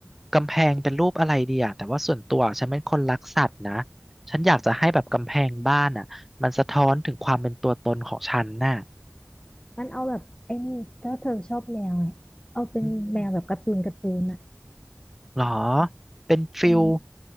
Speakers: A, in the centre; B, on the left.
A: กำแพงเป็นรูปอะไรดีอะแต่ว่าส่วนตัวฉันเป็นคนรักสัตว์นะฉันอยากจะให้แบบกำแพงบ้านอ่ะมันสะท้อนถึงความเป็นตัวตนของฉันน่ะ
B: มันเอาแบบไอ้นี่ถ้าเธอชอบแมวไงเอาเป็นแมวแบบการ์ตูนการ์ตูนอ่ะ
A: อืมหรอเป็นฟิล
B: เออ